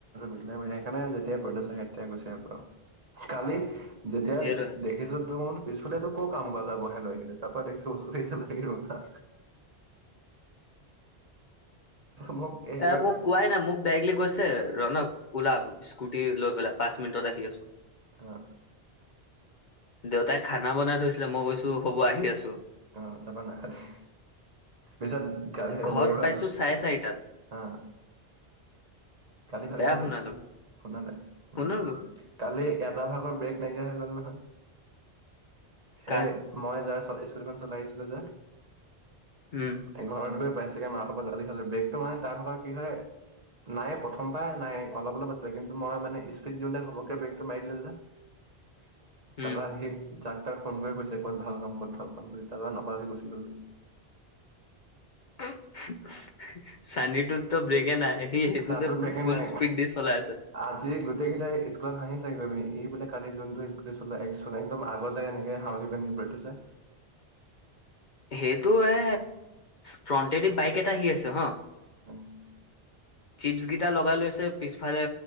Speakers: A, on the right; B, on the left.
A: মিলাই মিলে সেইকাৰণে যেতিয়াই প্ৰ্যচন তেতিয়াই গুছে পাওঁ। কালি - যেতিয়া
B: সেইটোৱে
A: দেখিছো তোৰ - পিছফালেতো ক কাম কৰা ল'ৰা বহাই লৈ আহিলে তাৰপা দেখিছো ওচৰলৈ আহি চালা ৰঙা। মোক- এই হেৰিয়ে
B: এ মোক
A: কৈছে
B: কোৱ নাই। মোক ডাইৰেক্টলি কৈছে- ছে ৰণক ওলা স্কুটি লৈ পেলাই পাঁচ মিনিটত আহি আছোঁ।
A: অঁ।
B: দেউতাই খানা বনাই থৈছিলে। মই কৈছো হ'ব আহি আছোঁ।
A: অঁ, তাৰপা নাখালে। পিছত গালি খায়
B: ঘৰত
A: দেৰি হ'ল।
B: পাইছো চাৰে চাৰিটাত
A: কালি খালে
B: বেয়া
A: নেকি?
B: শুনালে মোক
A: শুনা নাই।
B: শুনিলো
A: উম। কালি এটা ভাগৰ ব্ৰেক নাইকিয়া হৈ গ'ল নহয়। সেই
B: কাৰ
A: মই যাৰ স্কুটিখন চলাইছিলো যে।
B: উম।
A: এ ঘৰত গৈ পাইছেগে, মাকৰ পৰা গালি খালে। ব্ৰেগটো মানে তাৰ ভাগৰ কি হয়! নাই প্ৰথম পৰাই নাই, অলপ অলপ আছিলে। কিন্তু মই মানে স্পীড দিওঁতে ঘপককে ব্ৰেকটো মাৰি দিলো যে। <inaudible>
B: উম
A: তাৰপৰা সি যাক তাক ফোন কৰি কৈছে, ক'ত ভাল পাম, ক'ত ভাল পাম বুলি। তাৰপৰা নকৰাকে গুচি গ'ল।
B: <unintelligible> চানিৰ টোতো ব্ৰেকে নাই। সি সেইটোতে
A: চাহটোৰ ব্ৰেকে
B: ফুল
A: নাই
B: স্পীড দি চলাই আছে।
A: আজি গোটেইকেইতাই স্কুলত হাঁহিছে গৈ পিনি, এই বোলে কালি যোনটো স্কুটি চলাই একচন একদম আগলে এনেকে হাউ- প্ৰতিতি চাই <unintelligible>
B: সেইটো এ ফ্ৰণ্টেদি বাইক এটা আহি আছে হ।
A: <inaudible>
B: চিপছগীটা লগাই লৈছে পিছফালে